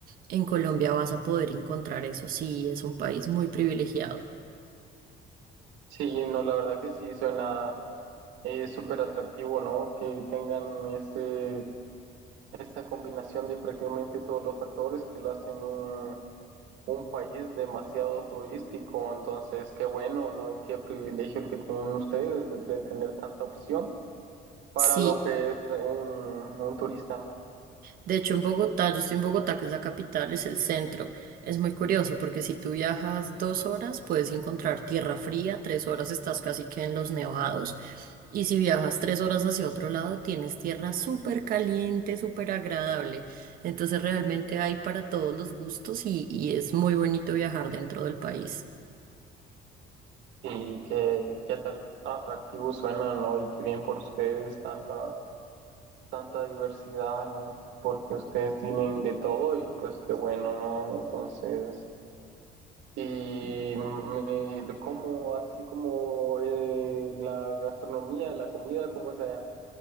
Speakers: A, on the right; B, on the right.
A: en Colombia vas a poder encontrar eso. Sí, es un país muy privilegiado.
B: Sí, no, la verdad que sí suena eh, súper atractivo, ¿no? Que tengan ese esa combinación de prácticamente todos los factores que lo hacen un, un país demasiado turístico. Entonces, qué bueno, ¿no? Y qué privilegio el que tienen ustedes de, de tener tanta opción para
A: Sí.
B: lo que es un, un turista, ¿no?
A: De hecho, en Bogotá, yo estoy en Bogotá, que es la capital, es el centro. Es muy curioso porque si tú viajas dos horas, puedes encontrar tierra fría, tres horas estás casi que en los nevados. Y si viajas tres horas hacia otro lado, tienes tierra súper caliente, súper agradable. Entonces realmente hay para todos los gustos y, y es muy bonito viajar dentro del país.
B: Y qué, qué atra- atractivo suena, ¿no? Y qué bien por ustedes tanta, tanta diversidad, ¿no? Porque ustedes tienen de todo y pues qué bueno, ¿no? Entonces... Y me como así como eh, la gastronomía, la comida, como sea.